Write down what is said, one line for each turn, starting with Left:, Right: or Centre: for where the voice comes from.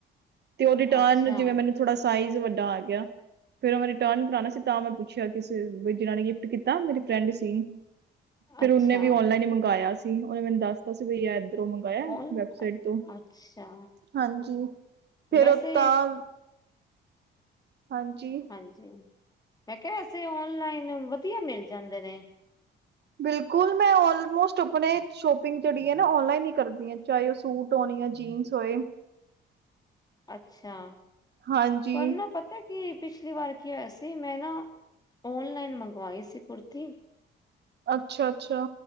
Right: ਤੇ ਉਹ ਰਿਟਰਨ
Left: ਅੱਛਾ
Right: ਜਿਵੇਂ ਮੈਨੂੰ ਥੋੜ੍ਹਾ ਸਾਈਜ਼ ਵੱਡਾ ਆ ਗਿਆ। ਫੇਰ ਉਹ ਮੈਂ ਰਿਟਰਨ ਕਰਾਨਾ ਸੀ, ਤਾਂ ਮੈਂ ਪੁੱਛਿਆ, ਕਿ ਜਿਨਾਂ ਨੇ ਗਿਫਟ ਕੀਤਾ ਮੇਰੀ ਫਰੈਂਡ ਸੀ। ਫੇਰ
Left: ਅੱਛਾ
Right: ਉਹਨੇ ਵੀ ਔਨਲਾਈਨ ਮੰਗਇਆ ਸੀ। ਉਹਨੇ ਮੈਨੂੰ ਦੱਸਤਾ ਸੀ ਵੀ ਇਹ ਇਦਰੋਂ। ਵੈਬਸਾਈਟ
Left: ਔਨ
Right: ਤੋਂ,
Left: ਅੱਛਾ
Right: ਹਾਂਜੀ ਫਿਰ
Left: ਵੈਸੇ
Right: ਓ ਤਾਂ? ਹਾਂਜੀ?
Left: ਹਾਂਜੀ ਮੈਂ ਕਿਹਾ, ਵੈਸੇ ਔਨਲਾਈਨ ਵਧੀਆ ਮਿਲ ਜਾਂਦੇ ਨੇ।
Right: ਬਿਲਕੁਲ, ਮੈਂ ਆਲਮੋਸਟ ਆਪਣੇ ਸ਼ੋਪਿੰਗ ਜਿਹੜੀ ਹੈ ਨਾ, ਔਨਲਾਈਨ ਹੀ ਕਰਦੀ ਹਾਂ, ਚਾਹੇ ਉਹ ਸੂਟ ਹੋਣ ਜਾਂ ਜੀਨਸ। ਹੋਏ
Left: ਅੱਛਾ,
Right: ਹਾਂਜੀ
Left: ਪਰ ਨਾ ਪਤਾ। ਕੀ, ਪਿਛਲੀ ਵਾਰ ਕੀ ਹੋਇਆ ਸੀ, ਮੈਂ ਨਾ ਔਨਲਾਈਨ ਮੰਗਵਾਈ ਸੀ ਕੁੜਤੀ।
Right: ਅੱਛਾ, ਅੱਛਾ।